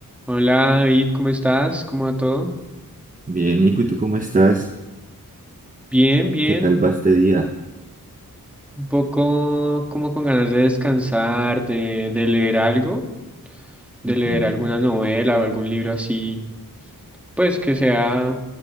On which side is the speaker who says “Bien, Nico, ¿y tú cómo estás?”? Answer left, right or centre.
Right